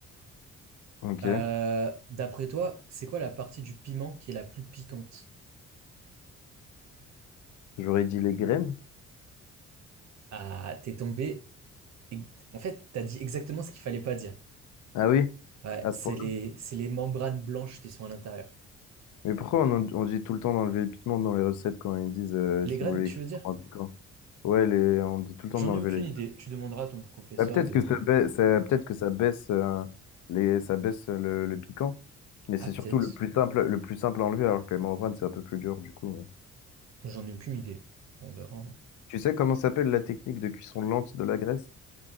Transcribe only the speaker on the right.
Euh, d'après toi, c'est quoi la partie du piment qui est la plus piquante?
Ah, t'es tombé Et- En fait, tu as dit exactement ce qu'il fallait pas dire.
Ouais,
c'est
les, c'est les membranes blanches qui sont à l'intérieur.
Les
graines,
tu veux dire?
J'en
ai aucune
idée. Tu demanderas à ton professeur
de...
Ah,
peut-être.
J'en ai aucune idée. On verra. hein.